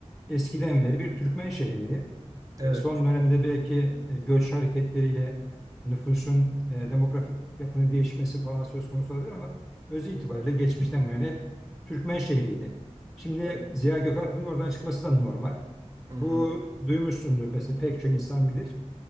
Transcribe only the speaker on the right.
Evet.
Evet.
Hı hı.